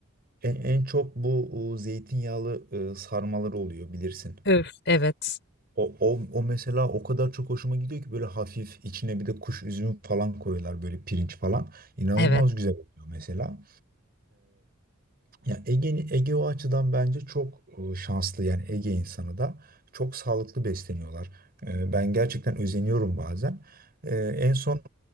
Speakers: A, on the right; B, on the left.
A: En, en çok bu o, zeytinyağlı e, sarmalar oluyor bilirsin.
B: Öf. Evet,
A: O, o, o mesela o kadar çok hoşuma gidiyor ki böyle hafif içine bir de kuş üzümü falan koyuyorlar böyle pirinç falan. İnanılmaz
B: evet.
A: güzel oluyor mesela. Ya Ege, Ege o açıdan bence çok e, şanslı yani Ege insanı da çok sağlıklı besleniyorlar. E, Ben gerçekten özeniyorum bazen. E, En son